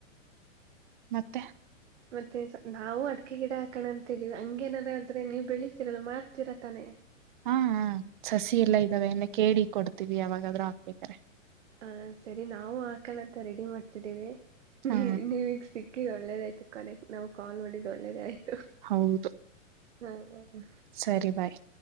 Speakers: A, on the right; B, on the right.
A: ಮತ್ತೆ
B: ಮತ್ತೆ ನಾವು ಅಡಿಕೆ ಗಿಡ ಹಾಕಣ ಅಂತಿದೀವಿ ಹಂಗೇನಾರ ಆದ್ರೆ ನೀವು ಬೆಳತಿರಲ್ಲ ಮಾರ್ತೀರ ತಾನೆ
A: ಹಾ ಸಸಿ ಎಲ್ಲಾ ಇದ್ದಾವೆ ಎಲ್ಲ ಕೇಳಿ ಕೊಡ್ತೀವಿ ಯಾವಾಗಾದ್ರೂ ಹಾಕ್ಬೇಕ್ರೆ
B: ಹ ಸರಿ ನಾವು ಹಾಕಣಂತ ರೆಡಿ ಮಾಡ್ತಿದ್ದೀವಿ ನೀ
A: ಹಾ
B: ನೀವಗ್ ಸಿಕ್ ಅ ಒಳ್ಳೇದಾಯ್ತು ಕನೆಕ್ ನಾವು ಕಾಲ್ ಮಾಡಿದ್ ಒಳ್ಳೆದಾಯ್ತ
A: ಹೌದು
B: ಹ ಹ್ಮ
A: ಸರಿ ಬಾಯ್